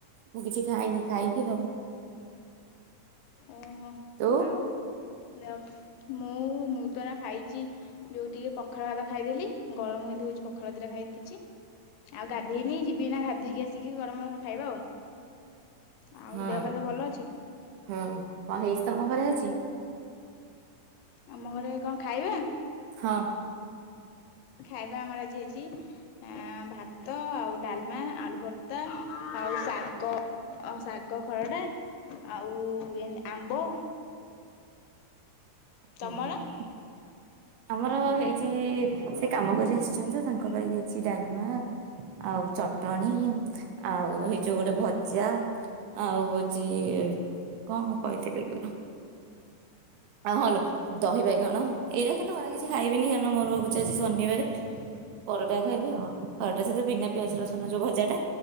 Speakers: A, on the right; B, on the left.
A: ମୁଁ କିଛି ଖାଇନି ଖାଇବି ଆଉ।
B: ଓହୋ
A: ତୁ?
B: ଆଉ। ଯାଅ ମୁଁ ମୁଁ ତ ଏଇନା ଖାଇଚି ଯୋଉ ଟିକେ ପଖାଳ ଭାତ ଖାଇଦେଲି ଗରମ କେମିତି ହଉଚୁ ପଖାଳ ଦିଟା ଖାଇ ଦେଇଚି, ଆଉ ଗାଧେଇନି ଯିବି ଏଇନା ଗାଧେଇକି ଆସିକି ଗରମ ଗରମ ଖାଇବା ଆଉ। ଆଉ
A: ହୁଁ
B: ଦେହ ପା ସବୁ ଭଲ ଅଛି?
A: ହୁଁ କଣ ହେଇଚି ତମ ଘରେ ଆଜି?
B: ଆମ ଘରେ କଣ ଖାଇବା?
A: ହଁ।
B: ଖାଇବା ଆମର ଆଜି ହେଇଚି ଏଁ, ଭାତ ଆଉ ଡାଲମା, ଆଳୁ ଭର୍ତ୍ତା, ଆଉ ଶାଗ ଆଉ ଶାଗ ଖରଡ଼ା। ଆଉ ଏନ୍ ଆମ୍ବ। ତମର?
A: ହୁଁ ହୁଁ ଆମର ହେ ଚି ସେ କାମ କରି ଆସିଛନ୍ତି ତ ତାଙ୍କ ପାଇଁ ହେଇଚି ଡାଲମା ଆଉ ଚଟଣି ଆଉ ହେଇ ଯୋଉ ଗୋଟେ ଭଜା ଆଉ ହଉଚି କଣ କହିଥିଲିି ୟୁ ନ ଆଉ ହଁ ଲୋ ଦହିିବାଇଗଣ ଏଉରା କେତେ ମୋର ଆଉ କିଛି ଖାଇବିନି କାଇଁ ନା ମୋର ହଉଚି ଆଜି ଶନିବାରେ ପରଟା ଖାଇବି ଆଉ ପରଟା ସହିତ ବିନା ପିଆଜ ରସୁଣ ଯୋଉ ଭଜାଟା